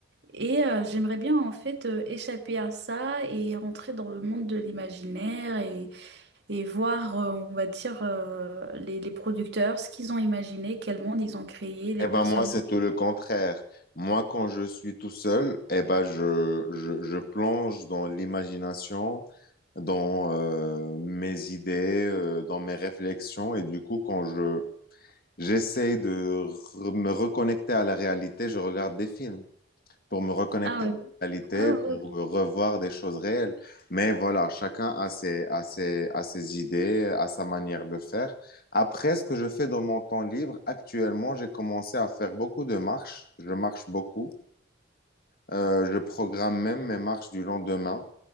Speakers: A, on the right; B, on the left.
A: et euh, j'aimerais bien en fait euh, échapper à ça et rentrer dans le monde de l'imaginaire et, et voir, euh, on va dire, euh, les, les producteurs, ce qu'ils ont imaginé, quel monde ils ont créé, les
B: Eh
A: personnages.
B: ben moi, c'est tout le contraire. Moi, quand je suis tout seul, eh ben je, je, je plonge dans l'imagination, dans euh, mes idées, euh, dans mes réflexions. Et du coup, quand je, J'essaie de re- me reconnecter à la réalité. Je regarde des films pour me reconnecter
A: Ah oui,
B: à la réalité,
A: ah, ouais,
B: pour
A: ok.
B: me revoir des choses réelles. Mais voilà, chacun a ses, a ses, a ses idées, a sa manière de faire. Après, ce que je fais dans mon temps libre, actuellement, j'ai commencé à faire beaucoup de marches. Je marche beaucoup. Euh, je programme même mes marches du lendemain.